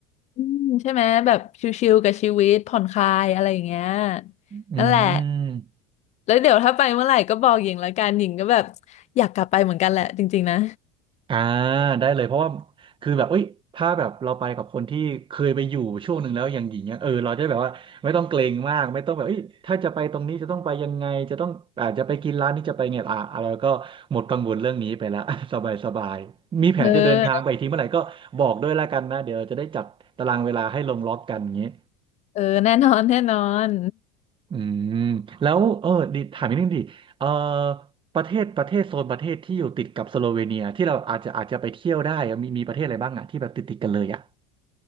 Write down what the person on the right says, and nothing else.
อืม
อ่าได้เลยเพราะว่าคือแบบเอ้ยถ้าแบบเราไปกับคนที่เคยไปอยู่ช่วงหนึ่งแล้วอย่างหญิงเนี่ยเออเราจะได้แบบว่าไม่ต้องเกรงมากไม่ต้องแบบเอ้ยถ้าจะไปตรงนี้จะต้องไปยังไงจะต้องอาจจะไปกินร้านนี้จะไปไงอ่าเราก็หมดกังวลเรื่องนี้ไปแล้ว <laughs> สบายสบายมีแผนจะเดินทางไปอีกทีเมื่อไหร่ก็บอกด้วยละกันนะเดี๋ยวเราจะได้จัดตารางเวลาให้ลงล็อกกันอย่างนี้
อืมแล้วเออดิถามนิดนึงดิเออประเทศประเทศโซนประเทศที่อยู่ติดกับสโลเวเนียที่เราอาจจะอาจจะไปเที่ยวได้อะมีมีประเทศอะไรบ้างอะที่แบบติดติดกันเลยอะ